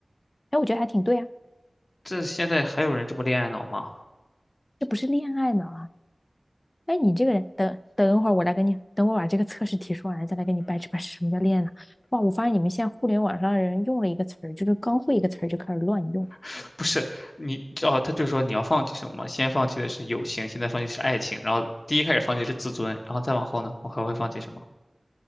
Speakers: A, on the left; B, on the left.
A: 哎，我觉得还挺对啊，
B: 这现在还有人这么恋爱脑吗？
A: 这不是恋爱脑啊！哎，你这个人，等等会儿我来跟你，等我把这个测试题说完，再来跟你掰扯掰扯什么叫恋爱脑。哇，我发现你们现在互联网上的人用了一个词儿，就是刚会一个词儿就开始乱用。
B: <laughs> 不是，你哦，他就说你要放弃什么？先放弃的是友情，现在放弃是爱情，然后第一开始放弃的是自尊，然后再往后呢，我还会放弃什么？